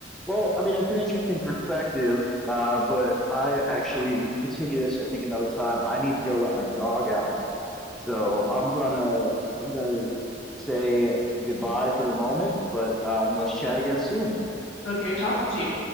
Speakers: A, in the centre; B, on the left.
A: Well, I mean, it's an interesting perspective, uh, but I actually, we can continue this, I think, another time. I need to go let my dog out. So I'm gonna, I'm gonna say goodbye for the moment, but um, let's chat again soon.
B: It was good talking to you.